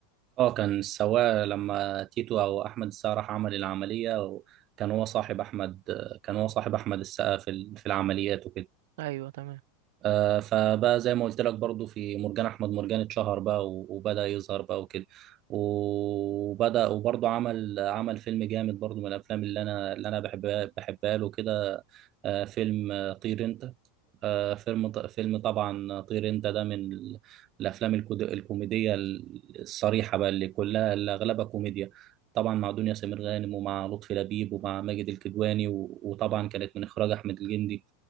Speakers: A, on the right; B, on the right.
A: أه كان سواء لما تيتو أو أحمد السقا راح عمل العملية كان هو صاحب أحمد كان هو صاحب أحمد السقا في ال- في العمليات وكده
B: <clears throat> ايوه تمام
A: آه، فبقى زي ما قلت لك برضو في مرجان احمد مرجان اتشهر بقى و- وبدأ يظهر بقى وكده وبدأ وبرضو عمل عمل فيلم جامد برضو من الافلام اللي انا اللي انا بحبها بحبها له كده آه، فيلم آه، طير انت آه، فيلم فيلم طبعا طير انت ده من ال- الافلام الكود- الكوميديه الصريحه بقى اللي كلها اللي اغلبها كوميديا طبعا مع دنيا سمير غانم ومع لطفي لبيب ومع ماجد الكدواني و- وطبعا كانت من اخراج احمد الجندي